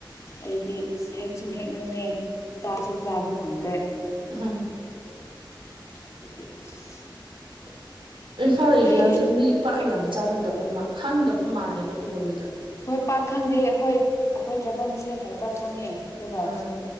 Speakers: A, on the left; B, on the right.
A: ꯑꯩꯗꯤ ꯍꯦꯛꯁꯨ ꯍꯦꯛꯅꯤꯡꯉꯦ ꯆꯥꯁꯨ ꯆꯥꯕ ꯐꯪꯗꯦ
B: <unintelligible>
A: <unintelligible>
B: ꯏꯝꯐꯥꯜ ꯑꯦꯔꯤꯌꯥꯁꯦ
A: ꯍꯣꯏ
B: ꯃꯤ ꯄꯥꯛ ꯌꯥꯝ ꯆꯥꯟꯅꯗꯕ ꯈꯪꯗꯕ ꯃꯥꯜꯂꯦꯕ ꯗꯨꯒꯨꯝꯕꯗꯣ
A: ꯍꯣꯏ ꯄꯥꯛ ꯈꯪꯗꯦ ꯑꯈꯣꯏ ꯑꯈꯣꯏ ꯇ꯭ꯔꯥꯏꯕꯦꯜ ꯃꯁꯦꯟ ꯈꯛꯇ ꯈꯪꯉꯦ ꯑꯗꯨꯒ
B: ꯑꯥ